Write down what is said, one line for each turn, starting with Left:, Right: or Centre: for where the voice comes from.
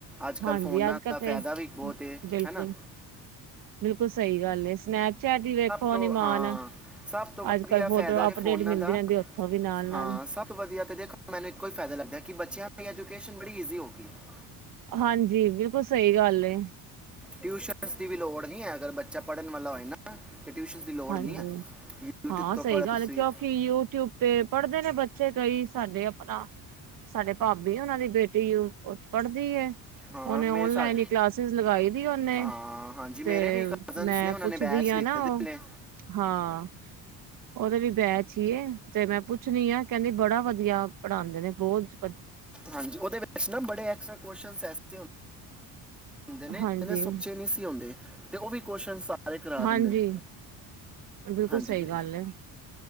Centre: ਅੱਜ ਕੱਲ੍ਹ
Right: ਹਾਂਜੀ
Centre: ਫੋਨਾਂ
Right: ਅੱਜ ਕੱਲ
Centre: ਦਾ ਫਾਇਦਾ
Right: ਤੇ
Centre: ਵੀ ਬਹੁਤ ਏ,
Right: ਬਿਲਕੁਲ
Centre: ਹੇਨਾ।
Right: ਬਿਲਕੁਲ ਸਹੀ ਗੱਲ ਏ। ਸਨੈਪਚੈਟ ਈ ਵੇਖੋ
Centre: ਤੋਂ
Right: ਨੀ
Centre: ਹਾਂ
Right: ਮਾਨ।
Centre: ਸਭ ਤੋਂ ਵਧੀਆ
Right: ਅੱਜ ਕੱਲ
Centre: ਫਾਇਦਾ
Right: ਫੋਟੋ ਅਪਡੇਟ
Centre: ਇਹ ਫੋਨਾਂ
Right: ਮਿਲਦੀ
Centre: ਦਾ
Right: ਰਹਿੰਦੀ ਓਥੋਂ ਵੀ ਨਾਲ,
Centre: ਹਾਂ
Right: ਨਾਲ।
Centre: ਸਭ ਤੋਂ ਵਧੀਆ ਤੇ ਦੇਖੋ ਮੈਨੂੰ ਇੱਕੋ ਫਾਇਦਾ ਲੱਗਦਾ ਏ ਕਿ ਬੱਚਿਆਂ ਦੀ ਐਜੂਕੇਸ਼ਨ ਬੜੀ ਈਜ਼ੀ ਹੋ ਗਈ ਏ।
Right: ਹਾਂਜੀ ਬਿਲਕੁਲ ਸਹੀ ਗੱਲ ਏ।
Centre: ਟਿਊਸ਼ਨ ਸ ਦੀ ਵੀ ਲੋੜ ਨੀ ਹੈ ਅਗਰ ਬੱਚ ਬੱਚਾ ਪੜਨ ਵਾਲਾ ਹੋਏ ਨਾ ਤੇ ਟਿਊਸ਼ਨਸ ਦੀ ਲੋੜ
Right: ਹਾਂਜੀ,
Centre: ਨਹੀਂ ਹੈ
Right: ਹਾਂ
Centre: ਤੋਂ
Right: ਸਹੀ
Centre: ਪੜ੍ਹ
Right: ਗੱਲ
Centre: ਤੁਸੀਂ
Right: ਏ ਕਿਉਂਕਿ ਯੂ ਟਿਊਬ ਤੇ ਪੜ੍ਹਦੇ ਨੇ ਬੱਚੇ ਕਈ ਸਾਡੇ ਅਪਨਾ, ਸਾਡੇ ਭਾਬੀ ਉਹਨਾਂ ਦੀ ਬੇਟੀ ਉਹ ਪੜਦੀ ਏ।
Centre: ਹਾਂ
Right: ਔਣੇ
Centre: ਮੇਰੇ
Right: ਔਨਲਾਈਨ
Centre: ਸਾਥ
Right: ਹੀ ਕਲਾਸਿਸ ਲਗਾਈ ਦੀ ਔਨੇ,
Centre: ਹਾਂ ਹਾਂਜੀ
Right: ਤੇ
Centre: ਮੇਰੇ ਵੀ ਕਜ਼ਨਸ
Right: ਮੈਂ
Centre: ਨੇ ਉਹਨਾਂ
Right: ਪੁੱਛਦੀ
Centre: ਨੇ ਬੈਚ
Right: ਆ
Centre: ਲਿੱਤੇ
Right: ਨਾ
Centre: ਦੇ
Right: ਉਹ
Centre: ਨੇ
Right: ਹਾਂ। ਉਹਦੇ ਵੀ ਬੈਚ ਹੀ ਏ, ਤੇ ਮੈਂ ਪੁੱਛਨੀ ਆ ਕਹਿੰਦੀ ਬੜਾ ਵਧੀਆ ਪੜ੍ਹਾਦੇ ਨੇ। ਬੋਤ
Centre: ਹਾਂਜੀ ਉਹਦੇ ਵਿੱਚ ਨਾ ਬੜੇ ਐਕਸਟ੍ਰਾ ਕੁਯੋਸ਼ਚਨਸ ਏਸੇ ਹੋਂਦੇ ਹੁੰਦੇ ਨੇ ਇਹਨੇ
Right: ਹਾਂਜੀ
Centre: ਸੋਚੇ ਨੀ ਸੀ ਹੁੰਦੇ। ਤੇ ਉਹ ਵੀ ਕੋਸ਼ਨਸ ਆ ਅਰੇ ਕਰਾ
Right: ਹਾਂਜੀ
Centre: ਦਿੰਦੇ ਨੇ।
Right: ਬਿਲਕੁਲ
Centre: ਹਾਂਜੀ
Right: ਸਹੀ
Centre: ਕਿ-
Right: ਗੱਲ ਏ।